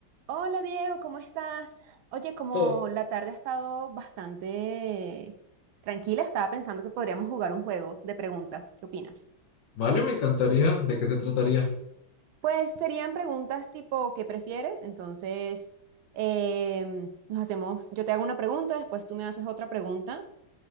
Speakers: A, on the right; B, on the left.
A: Hola Diego, ¿cómo estás? Oye, como
B: Todo.
A: la tarde ha estado bastante tranquila, estaba pensando que podríamos jugar un juego de preguntas. ¿Qué opinas?
B: Vale, me encantaría. ¿De qué se trataría?
A: Pues serían preguntas tipo ¿qué prefieres? Entonces, em, nos hacemos, yo te hago una pregunta, después tú me haces otra pregunta